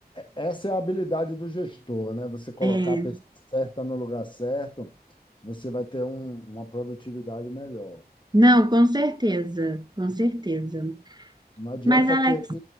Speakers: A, on the left; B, on the right.
A: essa é a habilidade do gestor, né? Você colocar
B: É,
A: a pessoa certa no lugar certo, você vai ter um- uma produtividade melhor.
B: não, com certeza, com certeza.
A: Não adianta
B: Mas, Alex,
A: que...